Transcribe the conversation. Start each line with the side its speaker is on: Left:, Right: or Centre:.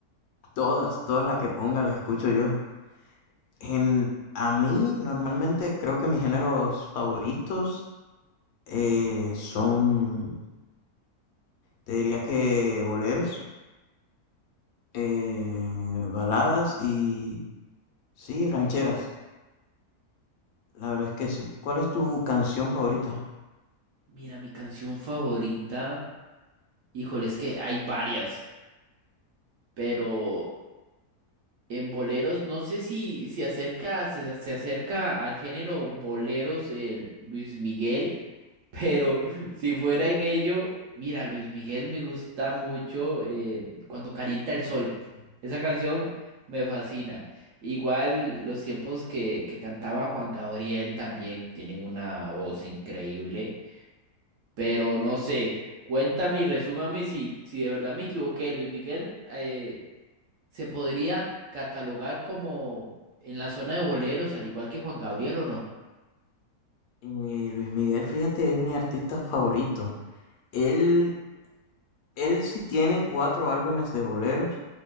Left: todas, todas las que ponga las escucho yo. En, a mí, normalmente, creo que mis géneros favoritos eh, son, te diría que boleros, eh, baladas y, sí, rancheras. La verdad es que sí. ¿Cuál es tu canción favorita?
Right: Mira, mi canción favorita, híjole, es que hay varias, pero En boleros, no sé si, si acerca, se, se acerca al género boleros eh, Luis Miguel, pero <laughs> si fuera en ello, mira, Luis Miguel me gusta mucho eh, cuando calienta el sol. Esa canción me fascina. Igual los tiempos que, que cantaba Juan Gabriel también tienen una voz increíble, pero no sé, cuéntame y resúmame si, si de verdad me equivoqué. Luis Miguel, eh, ¿Se podría catalogar como en la zona de boleros, al igual que Juan Gabriel o no?
Left: Eh, Luis Miguel, fíjate, es mi artista favorito. Él, él sí tiene cuatro álbumes de boleros,